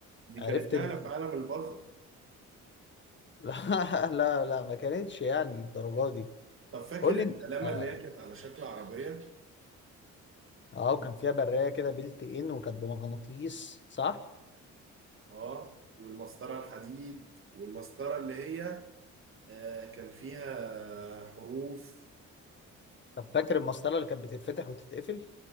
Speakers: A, on the right; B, on the left.
A: دي
B: عرفت
A: كانت
B: ان
A: نقله في عالم البازل
B: <laughs> لا لا لا ما كانتش يعني الدرجة دي
A: طب فاكر
B: قول لي
A: القلمه
B: انت اه
A: اللي هي كانت على شكل عربيه
B: آه، وكان فيها برية كده بيلت ان وكانت بمغناطيس صح؟
A: اه والمسطره الحديد والمسطره اللي هي آه كان فيها حروف
B: طب فاكر المسطرة اللي كانت بتتفتح وتتقفل؟